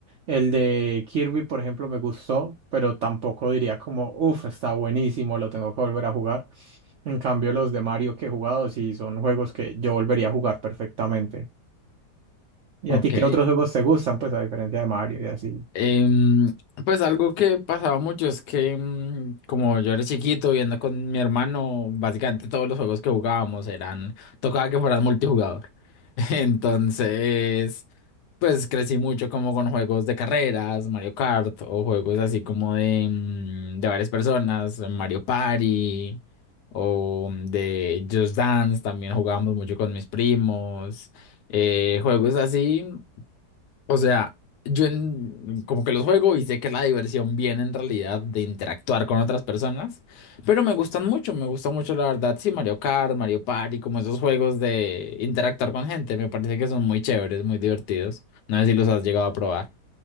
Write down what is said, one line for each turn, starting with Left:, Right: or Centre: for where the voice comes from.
Right: El de Kirby, por ejemplo, me gustó, pero tampoco diría como, uff, está buenísimo, lo tengo que volver a jugar. En cambio, los de Mario que he jugado sí son juegos que yo volvería a jugar perfectamente. ¿Y
Left: Ok.
Right: a ti qué otros juegos te gustan, pues a diferencia de Mario y así?
Left: Em, pues algo que pasaba mucho es que em, como yo era chiquito viendo con mi hermano, básicamente todos los juegos que jugábamos eran, tocaba que fueran multijugador. <laughs> Entonces, pues crecí mucho como con juegos de carreras, Mario Kart o juegos así como de, mm, de varias personas, Mario Party o de Just Dance, también jugábamos mucho con mis primos, eh, juegos así. O sea, yo en- como que los juego y sé que la diversión viene en realidad de interactuar con otras personas, pero me gustan mucho, me gusta mucho la verdad, sí, Mario Kart, Mario Party, como esos juegos de interactuar con gente, me parece que son muy chéveres, muy divertidos. No sé si los has llegado a probar.